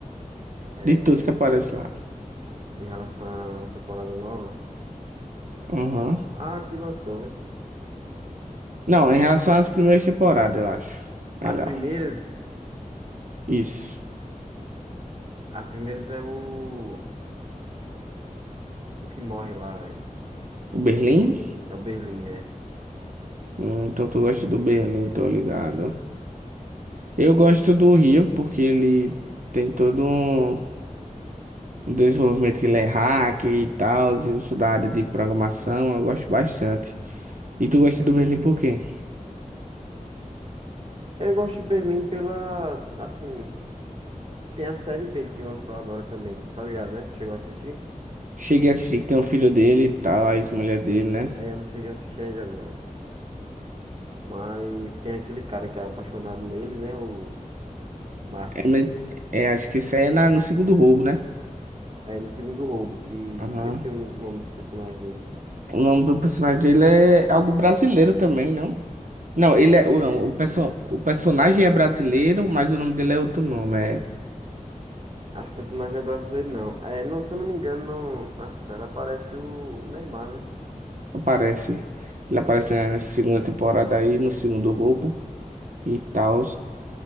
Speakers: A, on the right (about 45°); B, on the right (about 70°).
A: é,
B: de todos que aparecem lá.
A: em relação à temporada nova.
B: Aham.
A: Ah, que lançou, né?
B: Não, em relação às primeiras temporadas, eu acho. Melhor.
A: As primeiras,
B: Isso.
A: as primeiras é o, o que morre lá, velho.
B: O Berlim?
A: É o Berlim, é.
B: Hum, Então tu gosta do Berlim, tô ligado. Eu gosto do Rio porque ele tem todo um, um desenvolvimento que ele é hacker e tal, e eu sou da área de programação, eu gosto bastante. E tu gosta do Berlim por quê?
A: Eu gosto do Berlim pela, assim, Tem a série dele que lançou agora também, tu tá ligado, né? Tu chegou a assistir?
B: Cheguei a assistir que tem um filho dele e tal, a ex-mulher dele, né?
A: É, eu não cheguei a assistir ainda não. Mas tem aquele cara que é apaixonado nele, né? O Martin.
B: É, mas é, acho que isso aí é na, no segundo roubo, né?
A: É, no segundo roubo, que
B: Aham.
A: esqueci o no- nome do personagem dele.
B: O nome do personagem dele é algo brasileiro também, não? Não, ele é. o- Não, o, perso, o personagem é brasileiro, mas o nome dele é outro nome. é
A: Acho que o personagem é brasileiro, não. É, não, se eu não me engano, não... na série aparece o o Neymar, né?
B: Aparece. Ele aparece né, nessa segunda temporada aí, no segundo roubo e tal.